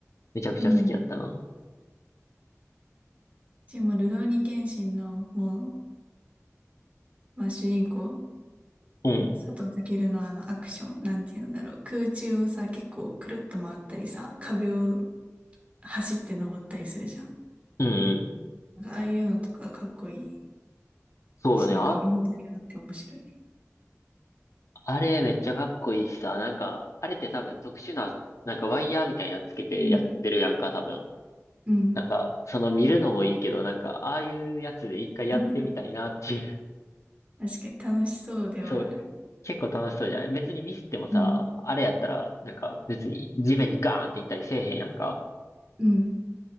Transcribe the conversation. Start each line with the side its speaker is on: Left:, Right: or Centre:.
Left: めちゃくちゃ好きやったな。
Right: うん。でも、ルローニケンシンの、もう、まあ、主人公
Left: うん。
Right: 佐藤健のあのアクション、なんて言うんだろう。空中をさ、結構くるっと回ったりさ、壁を走って登ったりするじゃん。
Left: うんうん。
Right: なんかああいうのとかかっこいい
Left: そうよね。
Right: し、なんか見応えがあって面白いね。
Left: あ、あれめっちゃかっこいいしさ、なんか、あれって多分特殊な、なんかワイヤーみたいなのつけてやってるやんか、
Right: うん。
Left: 多分。
Right: うん。
Left: なんか、その見るのもいいけど、なんか、ああいうやつで一回やってみたいなっていう。
Right: <laughs> 確かに楽しそうではある。
Left: <laughs> そう、結構楽しそうじゃない別にミスってもさ、
Right: うん。
Left: あれやったら、なんか別に地面にガーンっていったりせえへんやんか。
Right: うん。